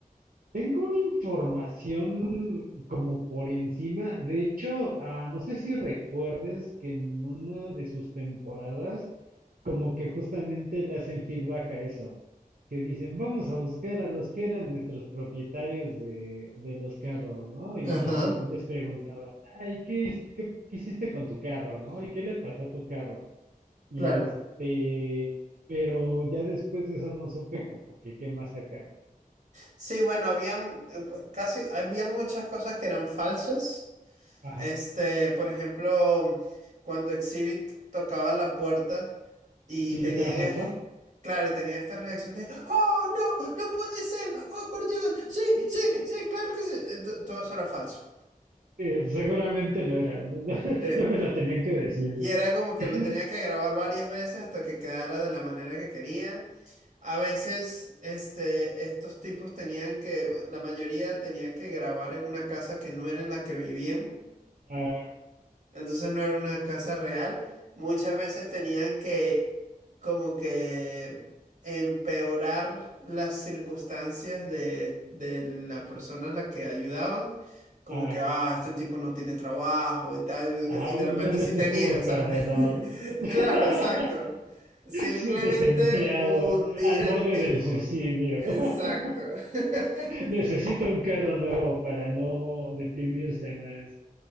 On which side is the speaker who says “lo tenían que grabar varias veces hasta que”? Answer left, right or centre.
Right